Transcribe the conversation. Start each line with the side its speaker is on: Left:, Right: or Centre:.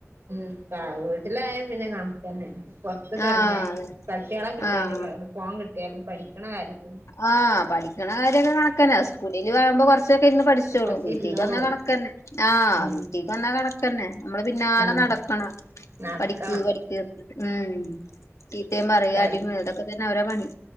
Right: ഉം വീട്ടിലായ പിന്നെ കണക്കന്നെ പുറത്തൊക്കെ
Left: ആഹ്
Right: ഇറങ്ങിയാ
Left: അതെ
Right: പട്ടികള കിട്ടിയാലും
Left: ആഹ്
Right: ഫോൺ കിട്ടിയാലും പഠിക്കണ കാര്യത്തി
Left: ആഹ് പഠിക്കണ കാര്യൊക്കെ കണക്കാനാ സ്കൂളിൽ ആകുമ്പോ കൊറച്ച് ക്കെ ഇരുന്ന് പഠിച്ചോളും
Right: കൊറച്ചിരുന്നോളും
Left: വീട്ടിൽ തന്ന കണക്കന്നെ ആഹ്
Right: ഉം
Left: വീട്ടിൽക്ക് വന്നാ കണക്കന്നെ നമ്മള് പിന്നാലെ
Right: ഉം
Left: നടക്കണം
Right: നടക്കണം
Left: പഠക്ക് പഠിക്ക് ഉം ചീത്തേയും പറയാ
Right: സൽ
Left: അടി അതൊക്കെ തന്നെ അവരെ പണി